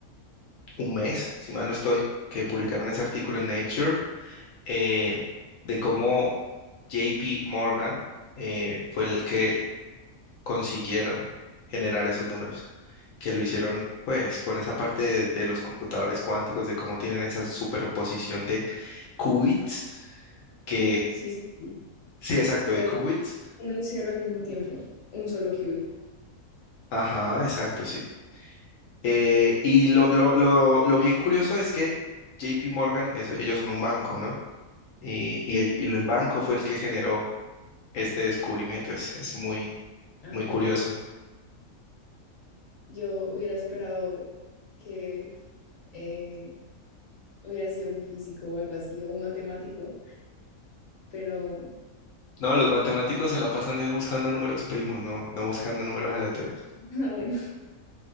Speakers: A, on the left (about 70°); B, on the left (about 35°).
A: un mes, si mal no estoy, que publicaron ese artículo en Nature eh, de cómo JP Morgan eh, fue el que consiguieron generar esos números, que lo hicieron pues con esa parte de, de los computadores cuánticos, de cómo tienen esa superposición de qubits, que
B: De que- sí, sí, sí.
A: sí, exacto, de
B: Pues
A: qubits.
B: uno y cero al mismo tiempo, un solo qubit.
A: Ajá, exacto, sí. Eh, y lo, lo, lo, lo bien curioso es que JP Morgan, es- ellos son un banco, ¿no? Y, y,
B: Ujú.
A: el y el banco fue el que generó este descubrimiento. Es, es muy,
B: Ah,
A: muy curioso.
B: wow. Yo hubiera esperado que eh, hubiera sido un físico o algo así, o un matemático, pero
A: No, los matemáticos se la pasan es buscando números primos, no, no buscando números aleatorios.
B: <laughs> ah, bueno,